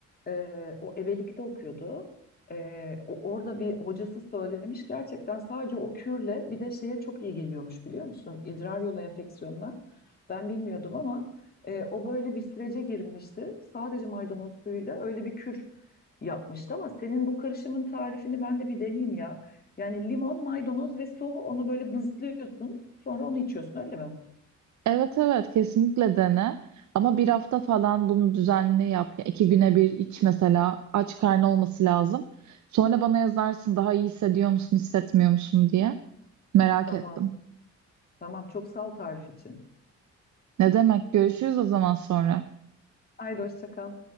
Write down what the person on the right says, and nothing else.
Evet evet kesinlikle dene ama bir hafta falan bunu düzenli yap. Ya iki güne bir iç mesela aç karnı olması lazım. Sonra bana yazarsın daha iyi hissediyor musun hissetmiyor musun diye merak
ettim.
Ne demek görüşürüz o zaman sonra.